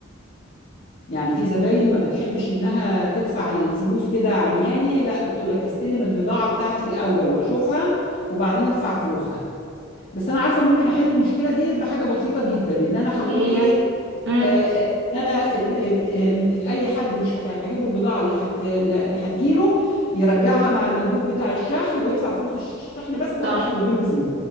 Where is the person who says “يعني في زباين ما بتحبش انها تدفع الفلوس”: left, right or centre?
Left